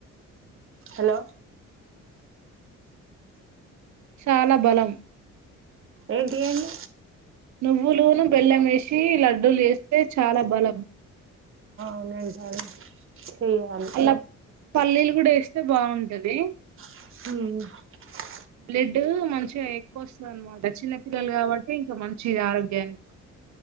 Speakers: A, on the right (about 45°); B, on the right (about 65°).
A: హలో
B: చాలా బలం
A: ఏంటియండి
B: నువ్వులును బెల్లమేసి లడ్డూలూయేస్తే చాలా బలం
A: <unintelligible> సియాళి
B: అలా పల్లీలు గూడేస్తే బాఉంటది
A: మ్
B: బ్లడ్ మంచిగా ఎక్కువ ఒస్తదన్మాట చిన్న పిల్లలు కాబట్టి ఇంక మంచిది ఆరోగ్యానికి